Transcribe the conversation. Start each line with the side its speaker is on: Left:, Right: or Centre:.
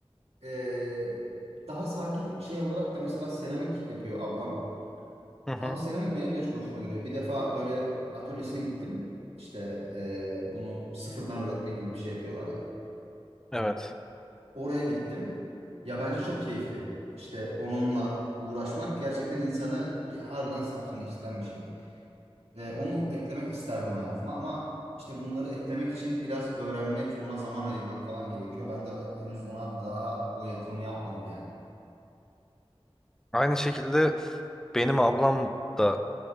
Right: Ee, daha sakin şey olarak da mesela seramik yapıyor ablam.
Centre: Hı hı.
Right: Abi seramik benim de çok hoşuma gidiyor. Bir defa böyle atölyesine gittim. İşte ee, bunu sıfırdan öğretme gibi bir şey yapıyorlar ya.
Centre: Evet.
Right: Oraya gittim. Ya bence çok keyifli. İşte onunla uğraşmak gerçekten insanı ge- harbiden sakinleştiren bir şey. Ee, onu eklemek isterdim hayatıma ama işte bunları eklemek için biraz öğrenmek, ona zaman ayırmak falan gerekiyor. Ben de henüz ona daha o yatırımı yapmadım yani.
Centre: Aynı şekilde benim ablam da